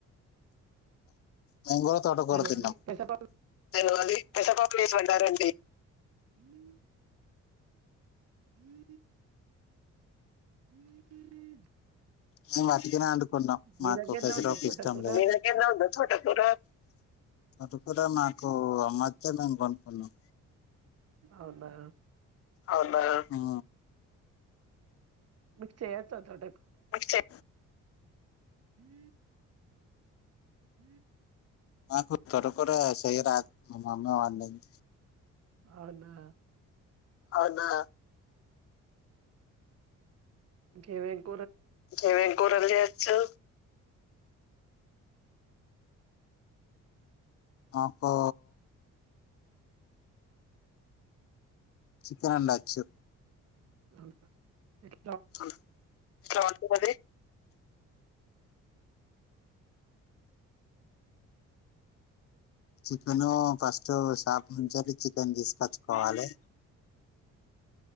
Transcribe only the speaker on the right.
నేను
అది పెసరపప్పు
హు హు <unintelligible>
మీ
దగ్గరనే
ఉందా తోటకూర
అవునా
మీకు చేయొచ్చా అట్లా
<unintelligible> <unintelligible>
అవునా
ఇంకేమైంది.
అవునా ఓకే